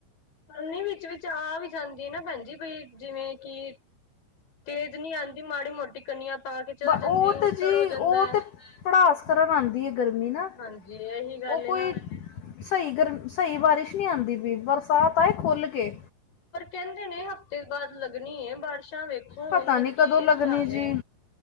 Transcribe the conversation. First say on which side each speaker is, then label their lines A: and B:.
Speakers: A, on the left; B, on the left.
A: ਕਨੀ ਵਿੱਚ ਵਿਚ ਆ ਵੀ ਜਾਂਦੀ ਨਾ ਭੈਣਜੀ ਬਈ ਜਿਵੇਂ ਕੀ ਤੇਜ਼ ਨਹੀਂ ਆਉਂਦੀ ਮਾੜੀ ਮੋਟੀ ਕਨੀਆਂ ਪਾ ਕੇ ਚੱਲ ਜਾਂਦੀ
B: ਉਹ ਤੇ
A: ਉਸੜ
B: ਜੀ
A: ਹੋ ਜਾਂਦਾ
B: ਉਹ
A: ਹੈ।
B: ਤੇ ਭੜਾਸ ਕਰਨ ਆਉਂਦੀ ਹੈ ਗਰਮੀਂ ਨਾ
A: ਹਾਂਜੀ ਇਹੀ ਗੱਲ
B: ਉਹ ਕੋਈ
A: ਨਾ
B: ਸਹੀ ਗਰਮੀਂ ਸਹੀ ਬਾਰਿਸ਼ ਨਹੀਂ ਆਉਂਦੀ ਪਈ ਬਰਸਾਤ ਆਏ ਖੁੱਲ੍ਹ ਕੇ
A: ਪਰ ਕਹਿੰਦੇ ਨੇ ਹਫ਼ਤੇ ਬਾਅਦ ਲੱਗਣੀ ਬਾਰਿਸ਼ਾਂ ਵੇਖੋ
B: ਪਤਾ
A: ਹੁੱਣ
B: ਨਹੀਂ
A: ਕੀ
B: ਕਦੋਂ ਲੱਗਣੀ
A: ਹਿਸਾਬ
B: ਜੀ
A: ਐ